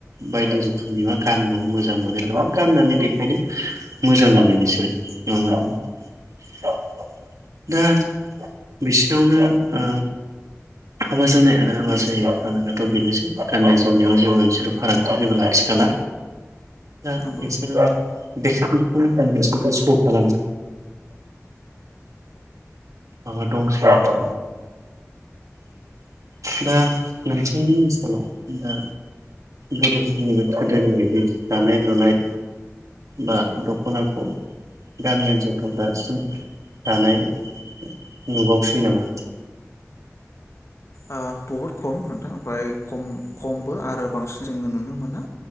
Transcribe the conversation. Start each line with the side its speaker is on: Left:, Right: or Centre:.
Right: बायदि रोखोमनि मा गाननो मोजां मोनो आरो मा गाननानै देखायनो मोजां मोनो बिसोरो <unintelligible> दा बिसिनावनो ओ हाबा जानाय आरो हाबा जायै आलागाथ बेनोसै गाननाय जोमनायाव जेबो सोरो फारागथि जेबो लाखिखाला दा
Left: नंगौ
Right: बेसोरो <unintelligible> जोबोद माबा दंसै आरो दा नोंसोनि ओन्सोलाव दा गोदोफोरनिबो गोदोनि बायदि दानाय लुनाय बा दखनाखौ गामि ओनसोलफ्राव दासिम दानाय नुबावसै नामा?
Left: ओ बहुद खम नोंथां ओमफ्राय खम-खमबो आरो बांसिन जोङो नुनो मोना